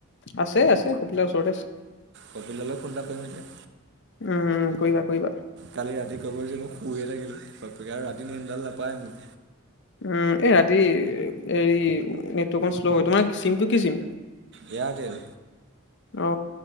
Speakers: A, on the left; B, on the right.
A: আছে আছে কপিলাৰ ওচৰতে আছে।
B: কপিললৈও খুন্দা কৰিম এতিয়া।
A: উম উম কৰিবা কৰিবা
B: কালি ৰাতি ক'ব গৈছে মই শুয়ে থাকিলোঁকে আৰু ৰাতি ননডাল নাপায় মোৰ।
A: উম, এই ৰাতি হ নেটক শ্ল' হয় তোমাৰ চিমটো কি চিম
B: এয়াৰটেল,
A: অ